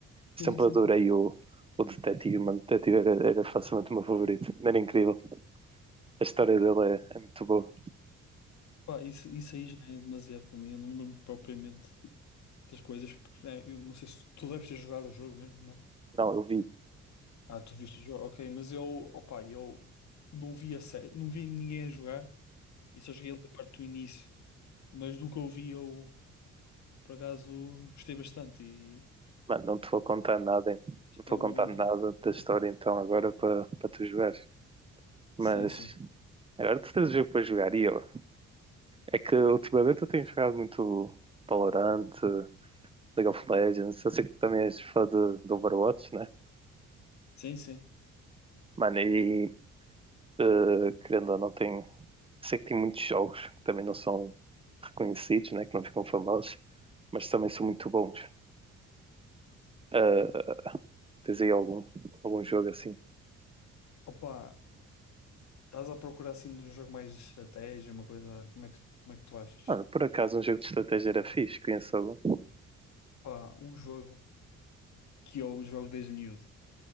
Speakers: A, on the right (about 20°); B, on the left (about 65°).
A: Sempre
B: Sim, sim,
A: adorei
B: sim.
A: o, o detetive, mano. O detetive era, era facilmente o meu favorito. Era incrível. A história dele é, é muito boa.
B: Pá, isso, isso aí já é demasiado para mim, eu não me lembro propriamente. das coisas, porque né, eu não sei se tu deves ter jogado o jogo mesmo, né?
A: Não, eu vi.
B: Ah, tu viste o jogo, ok, mas eu, opa, eu não vi a série, não vi ninguém a jogar e só cheguei ali a parte do início, mas do que eu vi eu, por acaso, gostei bastante e
A: Mano, não te vou contar nada, hein?
B: tive
A: Não te vou
B: alguma
A: contar
B: vontade.
A: nada da história então agora para para tu jogares. Mas
B: Sim, sim,
A: agora tu tens o jogo para jogar e eu. É que ultimamente eu tenho jogado muito Valorant, League of Legends. Eu sei que tu também és fã de, de Overwatch, né?
B: sim, sim.
A: Mano, e Uh, querendo ou não, tem. Sei que tem muitos jogos que também não são reconhecidos, né? Que não ficam famosos, mas também são muito bons. Uh, tens aí algum, algum jogo assim?
B: Opa, estás a procurar assim de um jogo mais de estratégia, uma coisa, como é que, como é que tu achas?
A: Mano, por acaso um jogo de estratégia era fixe, conheço algum.
B: Opa, um jogo que eu jogo desde miúdo